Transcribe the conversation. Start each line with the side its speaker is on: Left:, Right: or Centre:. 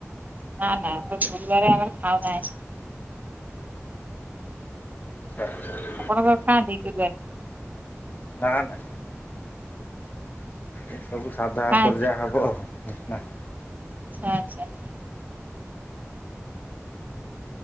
Right: ନା ନା ଆମ ଗୁରୁବାର ଆମର ଖାଉନା ଆଇଁଷ।
Left: <inaudible>
Right: ଆପଣ କଣ ଖାଆନ୍ତି <inaudible>
Left: ନା ନା। ଏ ସବୁ ସାଧା
Right: ଖାଆନ୍ତି
Left: ଉପରେ ଯାହା ହବ ନା।
Right: ଛା ଛା।